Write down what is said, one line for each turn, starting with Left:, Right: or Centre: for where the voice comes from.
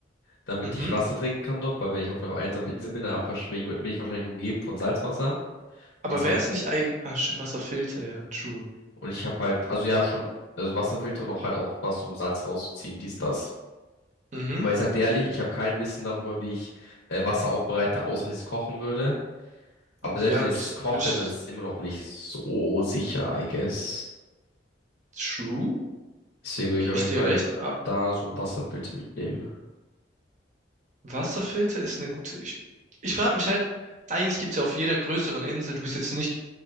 Left: damit
Right: Mhm.
Left: ich Wasser trinken kann dort, weil wenn ich auf einer einsamen Insel bin, dann hab ich, wahrsch- bin ich, bin ich wahrscheinlich umgeben von Salzwasser.
Right: Aber
Left: Und ich sag,
Right: wär's
Left: dir-
Right: nicht eigen, ah, stimmt, Wasserfilter, ja, true.
Left: und ich habe halt, also ja, schon, also Wasserfilter und auch halt auch was, um Salz rauszuziehen, dies, das.
Right: Mhm.
Left: Weil ich sag dir ehrlich, ich habe kein Wissen darüber, wie ich äh, Wasser aufbereite, außer dass ich es kochen würde. Aber
Right: Ja,
Left: selbst wenn
Right: aber
Left: ich
Right: das
Left: es koche,
Right: würde ich,
Left: dann ist es immer noch nicht so sicher, I guess.
Right: true,
Left: Deswegen würde
Right: gebe
Left: ich auf
Right: ich
Left: jeden
Right: dir
Left: Fall
Right: recht. Ah,
Left: da so einen Wasserfilter mitnehmen.
Right: Wasserfilter ist eine gute, ich, ich frage mich halt, eigentlich gibt es ja auf jeder größeren Insel, du bist jetzt nicht